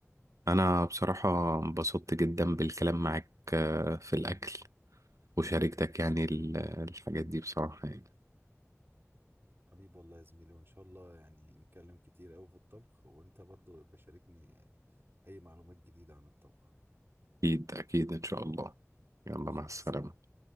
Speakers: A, on the right; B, on the right.
A: أنا بصراحة انبسطت جدا بالكلام معاك آه، في الأكل وشاركتك
B: حبيبي
A: يعني
B: صح
A: ال- الحاجات دي بصراحة يعني
B: حبيبي والله يا زميلي وان شاء الله يعني نتكلم كتير قوي في الطبخ وانت برضو بشاركني اي معلومات جديدة عن الطبخ
A: أكيد أكيد إن شاء الله يلا
B: ماشي
A: مع
B: مع
A: السلامة
B: السلامة